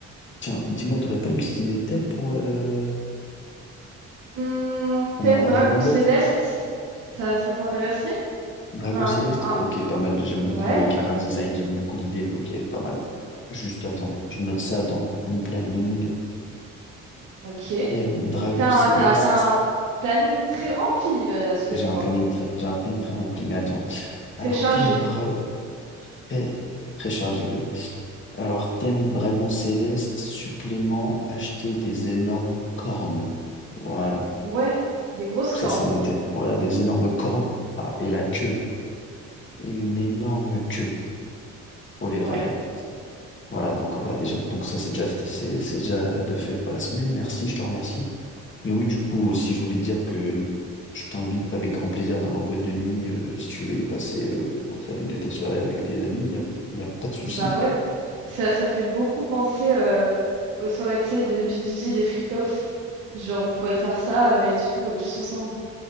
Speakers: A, on the left; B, on the right.
A: Tiens, dis-moi, t'aurais pas une petite idée de thème pour, euh,
B: Hum,
A: pour
B: thème
A: ma,
B: Dragon
A: pour ma boîte?
B: Céleste, ça, ça t'intéresserait?
A: Dragon
B: Un,
A: Céleste,
B: un-
A: ok, pas mal. J'aime
B: ouais,
A: beaucoup le Cara design, j'aime beaucoup l'idée, ok, pas mal. Juste attends, je note ça dans mon planning.
B: ok.
A: Thème Dragon
B: Donc t'as,
A: Céleste.
B: un- t'as, t'as un planning très rempli, euh, à ce que
A: J'ai
B: je
A: un
B: vois.
A: planning très, j'ai un planning très rempli, mais attends.
B: Très
A: Alors,
B: chargé.
A: thème Dragon, très, très chargé, oui. Alors, thème Dragon Céleste, supplément, acheter des énormes cornes. Voilà.
B: Ouais, des grosses
A: Ça,
B: cornes.
A: c'est noté. Voilà, des énormes cornes. Ah, et la queue. Et une énorme queue pour les
B: Ouais.
A: dragons. Voilà, donc voilà, déjà, donc ça c'est déjà, fait- c'est c'est déjà de fait pour la semaine. Merci, je te remercie. Mais oui, du coup, aussi, je voulais te dire que je t'invite avec grand plaisir dans ma boîte de nuit euh, si tu veux y passer euh, pour faire une de tes soirées avec tes amis. Il n'y a, y a pas de souci.
B: Hum, Bah ouais, ça, ça me fait beaucoup penser euh, aux soirées, tu sais, de PDG, des freak-off. Genre, on pourrait faire ça euh, et tout, euh, tous ensemble.